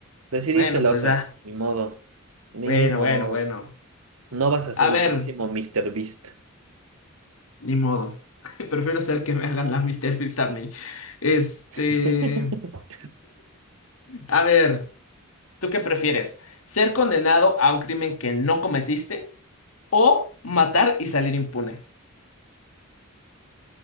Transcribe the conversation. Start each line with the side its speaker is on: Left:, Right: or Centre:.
Right: Decidiste
Left: Bueno,
Right: la
Left: pues
Right: otra.
Left: ya.
Right: Ni modo. Ni
Left: Bueno,
Right: modo.
Left: bueno, bueno.
Right: No vas a ser
Left: A
Right: el
Left: ver,
Right: próximo Mr. Beast.
Left: ni modo. <laughs> Prefiero ser que me hagan la Mister Beast a mí. Este,
Right: <laughs>
Left: a ver, ¿tú qué prefieres? ¿Ser condenado a un crimen que no cometiste o matar y salir impune?